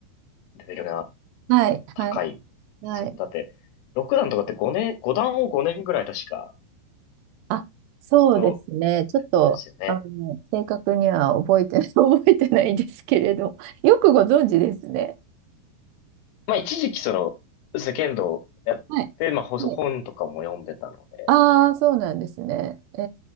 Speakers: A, on the left; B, on the right.
A: レベルが
B: はい、
A: 高いですよね。
B: はい。はい
A: だって、6段とかって5年、5段を5年ぐらい確か、
B: あ、そうですね。
A: そう、
B: ちょっと、
A: あれですよね。
B: あの、正確には覚えて、<laughs> 覚えてないですけれど、よくご存知ですね。
A: まあ、一時期その、そうですね剣道やってて、
B: はい。
A: まあ、ほ本とかも読んでたので、
B: はい。ああ、そうなんですね。え